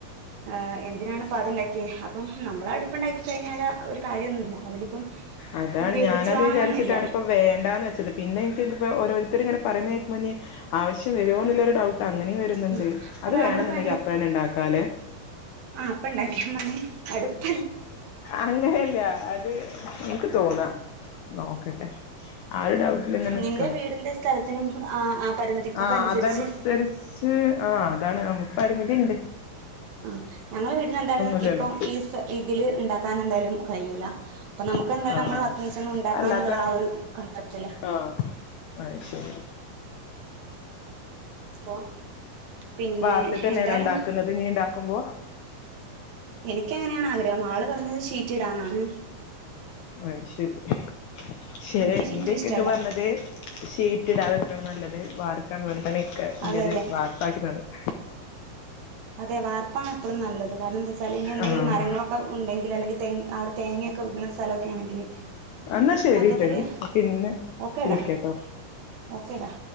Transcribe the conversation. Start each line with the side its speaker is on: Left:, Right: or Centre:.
Right: ആഹ് എന്തിനാണ് ഇപ്പം അതുണ്ടാ ക്കിയെ. അപ്പം നമ്മള് അടുപ്പുണ്ടാക്കി കഴിഞ്ഞാല് ഒരു കാര്യമൊന്നുമില്ല, അതിലിപ്പം
Left: അതാണ്
Right: ഉപയോഗിച്ച്
Left: ഞാനത്
Right: വാങ്ങണംന്നില്ല
Left: വിചാരിച്ചിട്ടാണ് ഇപ്പം വേണ്ടാന്ന് വെച്ചത്. പിന്നെ എനിക്കിപ്പോൾ ഓരോരുത്തര് ഇങ്ങനെ പറയുന്ന കേക്കുമ്പോ ഇനി ആവശ്യം വരുമോ എന്നുള്ളൊരു ഡൗട്ട് അങ്ങനെ വരുന്നുണ്ട്.
Right: ഉം അല്ല
Left: അത് വേണെന്നുണ്ടെങ്കിൽ
Right: നമ്മളിപ്പോ
Left: അപ്പം തന്നെ ഉണ്ടാക്കാലെ?
Right: ആഹ് അപ്പണ്ടാക്കിയാ മതി. അടുപ്പ
Left: അങ്ങനെയല്ല അത് എനിക്ക് തോന്നാ, നോക്കട്ടെ ആ ഒരു ഡൗട്ടിലങ്ങനെ
Right: നിന്റെ
Left: നിക്കാണിപ്പോ,
Right: വീടിന്റെ സ്ഥലത്തിനും ആ ആ പരിമിതിക്കൊക്കെ
Left: ആഹ്
Right: അനുസരിച്ച്
Left: അതനുസരിച്ച് ച്ച് ആഹ് അതാണ് നമുക്ക് പരിമിതിണ്ട്
Right: ആഹ് ഞങ്ങളെ വീടിന് എന്തായാലും
Left: ഇല്ലല്ലോ
Right: ഇപ്പോ ഈ ഇതില് ഉണ്ടാക്കാൻ എന്തായാലും കഴിയൂല. അപ്പൊ നമുക്ക്
Left: ആഹ്
Right: എന്തായാലും നമ്മള്
Left: ആഹ്
Right: വർക്കിംഗ് കിച്ചൺ ഉണ്ടാക്കാം
Left: അല്ലാത്ത
Right: എന്നുള്ള ആ ഒരു കൺസെപ്റ്റ് അല്ലേ
Left: ആഹ് അയ് ശരി
Right: അപ്പൊ പിന്നെ
Left: വാർത്തിട്ടന്നെയാണോ
Right: എന്തായാലും
Left: ഉണ്ടാക്കുന്നത് ഇനി ഉണ്ടാക്കുമ്പോ
Right: എനിക്ക് അങ്ങനെയാണ് ആഗ്രഹം, ആള് പറഞ്ഞത് ഷീറ്റിടാന്നാണ്
Left: അത് ശരി. പക്ഷേ
Right: എനിക്ക് ഷീറ്റ്
Left: എന്റിക്കക്കെ
Right: ഇഷ്ടല്ല
Left: പറഞ്ഞത് ഷീറ്റിട
Right: ഉം
Left: ഏറ്റവും നല്ലത് വാർക്കാണ് പറഞ്ഞിട്ടാണ് ഇക്ക <unintelligible>
Right: അതെ അതെ
Left: വാർപ്പാക്കിതന്നത്
Right: അതെ വാർപ്പാണ് എപ്പൊളും നല്ലത്, കാരണം എന്താ വെച്ചാല് ഇനി എന്തെങ്കിലും
Left: ആഹ്
Right: മരങ്ങളൊക്കെ ഉണ്ടെങ്കിൽ അല്ലെങ്കിൽ തെങ്ങ് അവിടെ തേങ്ങയൊക്കെ വീണ സ്ഥലക്കെ ക്കെയാണെങ്കില്
Left: എന്നാ ശരിട്ടോ
Right: മൊത്തത്തില്
Left: ഇനി
Right: <unintelligible>
Left: പിന്നെ വിളിക്കാട്ടോ
Right: ഓക്കേടാ